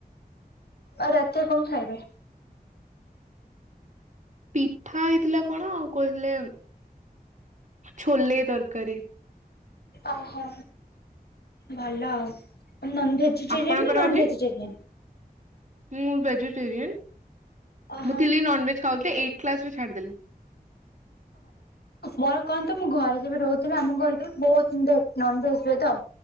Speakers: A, on the left; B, on the right.
A: ଆଉ ରାତିରେ କଣ ଖାଇବେ?
B: ପିଠା ହେଇଥିଲା କଣ। ଆଉ କହିଥିଲେ ଛୋଲେ ତରକାରୀ।
A: ଅ ହ। ଭଲ ଆଉ। ତମକୁ ନନ ଭେଜ୍ ଭେଜିଟେରିୟାନ୍
B: ଆପଣଙ୍କର
A: ନା ନନ୍
B: ଆଜି
A: ଭେଜିଟେରିୟାନ୍?
B: ମୁଁ ଭେଜିଟେରିୟାନ୍।
A: ଓହୋ।
B: ମୁଁ ଥିଲି ନନ୍ଭେଜ୍ ଖାଉଥିଲି ଏଇଟ୍ କ୍ଲାସ ରେ ଛାଡ଼ିଦେଲି।
A: ମୋର କଣ ତ ମୁଁ ଘରେ ଯେବେ ରହୁଥିଲି ଆମ ଘରେ ତ ବହୁତ ଏମିତ୍ ନନ୍ଭେଜ୍ ହୁଏ ତ।